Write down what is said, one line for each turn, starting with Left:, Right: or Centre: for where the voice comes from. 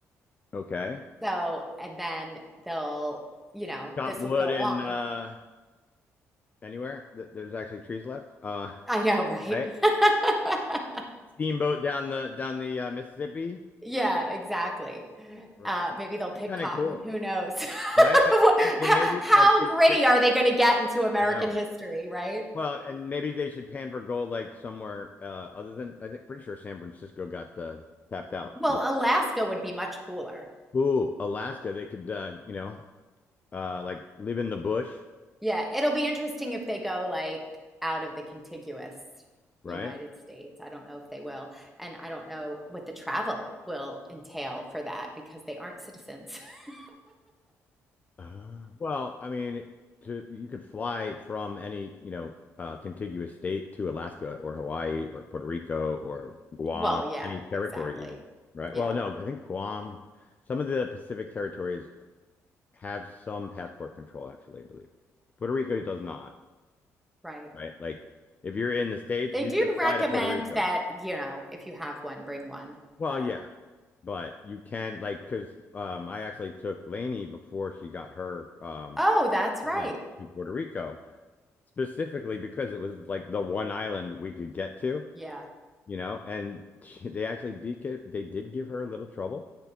Left: I, okay.
Centre: So, and then they'll, you know,
Left: Chop
Centre: this
Left: wood
Centre: will go
Left: and
Centre: on.
Left: uh anywhere that there's actually trees left. Uh,
Centre: I know, right?
Left: right.
Centre: <laughs>
Left: Steamboat down the down the uh, Mississippi.
Centre: Yeah, exactly.
Left: Right.
Centre: Uh,
Left: That's
Centre: maybe they'll pick
Left: kind
Centre: cotton.
Left: of cool.
Centre: Who knows? <laughs>
Left: right? But
Centre: What- h-
Left: they, they maybe
Centre: How
Left: like should
Centre: gritty
Left: pick.
Centre: are they going to get into American
Left: I know.
Centre: history, right?
Left: Well, and maybe they should pan for gold like somewhere uh, other than I think pretty sure San Francisco got uh, tapped out.
Centre: Well, Alaska would be much cooler.
Left: Ooh, Alaska. They could uh, you know uh, like live in the bush,
Centre: Yeah, it'll be interesting if they go like out of the contiguous
Left: right?
Centre: United States. I don't know if they will. And I don't know what the travel will entail for that because they aren't citizens. <laughs>
Left: Uh, well, I mean, to you can fly from any you know uh, contiguous state to Alaska or Hawaii or Puerto Rico or Guam,
Centre: Well, yeah,
Left: any territory
Centre: exactly.
Left: even, right?
Centre: Yeah,
Left: Well, no, I think Guam. Some of the Pacific territories have some passport control, actually, I believe. Puerto Rico does not,
Centre: right.
Left: right? Like, if you're in the States,
Centre: They
Left: you
Centre: do
Left: can
Centre: recommend
Left: fly to Puerto Rico.
Centre: that, you know, if you have one, bring one.
Left: Well,
Centre: But
Left: yeah, but you can, like, because um, I actually took Lainey before she got her um,
Centre: oh, that's
Left: president
Centre: right.
Left: to Puerto Rico, specifically because it was like the one island we could get to,
Centre: Yeah.
Left: you know, and <laughs> she, they actually did get, they did give her a little trouble